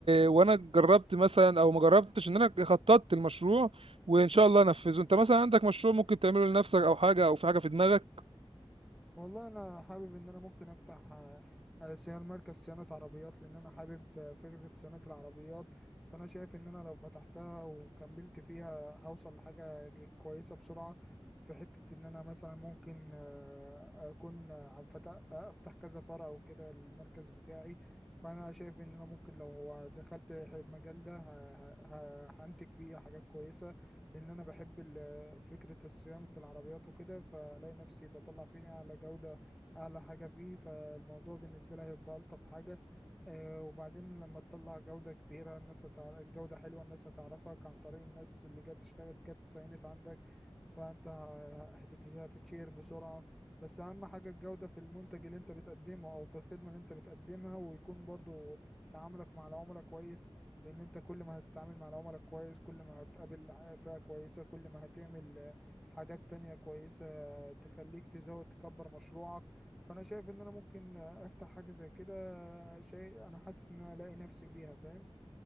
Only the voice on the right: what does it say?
وأنا جربت مثلا أو ما جربتش إن أنا خططت المشروع وإن شاء الله أنفذه أنت مثلا عندك مشروع ممكن تعمله لنفسك أو حاجة أو في حاجة في دماغك